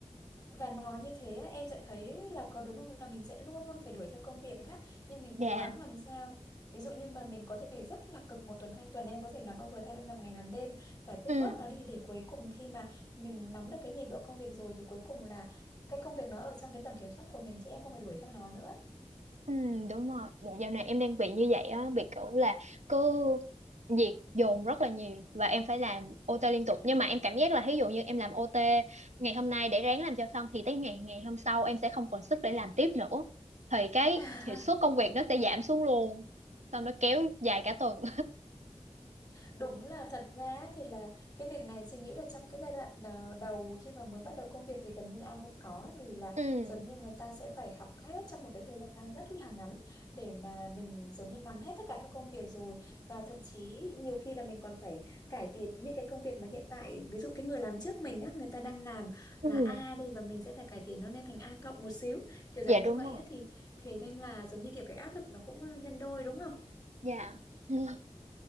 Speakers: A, on the left; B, on the right.
A: và nó như thế á, em sẽ thấy là có đúng không là mình sẽ luôn luôn phải đuổi theo công việc á nhưng mình
B: Dạ
A: cố gắng làm sao ví dụ như mà mình có thể rất là cực một tuần hai tuần em có thể làm overtime em làm ngày làm đêm giải quyết
B: ừ,
A: bớt nó đi để cuối cùng khi mà mình nắm được cái nhịp độ công việc rồi thì cuối cùng là cái công việc nó ở trong cái tầm kiểm soát của mình chứ em không phải đuổi theo nó nữa
B: ừ đúng rồi Dạ dạo này
A: Ừ.
B: em đang bị như vậy á Bị kiểu là cứ việc dồn rất là nhiều Và em phải làm OT liên tục Nhưng mà em cảm giác là ví dụ như em làm OT Ngày hôm nay để ráng làm cho xong Thì tới ngày ngày hôm sau em sẽ không còn sức để làm tiếp nữa Thì cái
A: <laughs>
B: hiệu suất công việc nó sẽ giảm xuống luôn Xong nó kéo dài cả tuần
A: Đúng là thật ra thì là cái việc này chị nghĩ là trong cái giai đoạn đờ- đầu khi mà mới bắt đầu công việc thì gần như ai cũng có ấy, vì là
B: <laughs> Ừ
A: giống như người ta sẽ phải học hết trong một cái thời gian rất là ngắn để mà mình giống như nắm hết tất cả các công việc rồi và thậm chí nhiều khi là mình còn phải cải tiến những cái công việc mà hiện tại ví dụ cái người làm trước mình á người ta đang làm là
B: Ừ,
A: A đi và mình sẽ phải cải tiến nó lên thành A cộng một xíu kiểu dạng
B: dạ đúng
A: như vậy
B: rồi.
A: á thì thế nên là giống như kiểu cái áp lực nó cũng ờ, nhân đôi đúng không?
B: Dạ. <laughs>